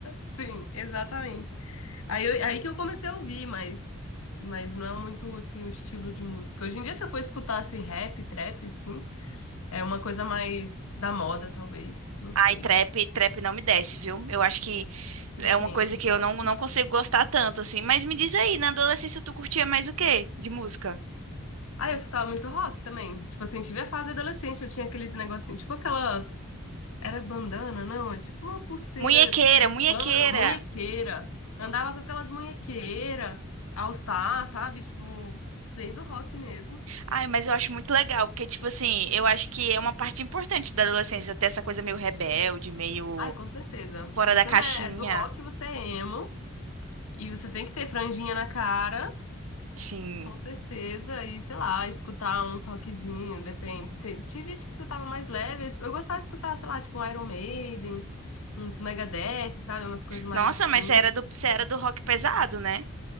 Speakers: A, on the left (about 75°); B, on the right (about 75°).
A: sim, exatamente. Aí, eu- aí que eu comecei a ouvir, mas, mas não é muito assim o estilo de música. Hoje em dia, se eu for escutar assim, rap, trap, assim, é uma coisa mais da moda, talvez. Não
B: Ai,
A: sei.
B: trap, trap não me desce, viu? Eu acho que
A: Depende
B: é uma coisa que
A: tanto.
B: eu não, não consigo gostar tanto, assim. Mas me diz aí, na adolescência tu curtia mais o quê de música?
A: Ah, eu escutava muito rock também. Tipo assim, tive a fase adolescente, eu tinha aqueles negocinhos, tipo aquelas. Era bandana, não? É tipo uma pulseira
B: Munhequeira,
A: de
B: munhequeira.
A: pano, munhequeira. Andava com aquelas munhequeiras, all star, sabe? Tipo, bem do rock mesmo.
B: Ai, mas eu acho muito legal, porque, tipo assim, eu acho que é uma parte importante da adolescência, ter essa coisa meio rebelde, meio
A: Ai, com certeza.
B: fora
A: Se
B: da
A: você
B: caixinha.
A: não é do rock, você é emo. E você tem que ter franjinha na cara,
B: Sim.
A: com certeza. E, sei lá, escutar uns rockzinho, depende. Te- Tinha gente que escutava mais leve. Eu escu- eu gostava de escutar, sei lá, tipo um Iron Maiden, uns Megadeth, sabe? Umas coisas mais
B: Nossa,
A: assim.
B: mas você era do, você era do rock pesado, né?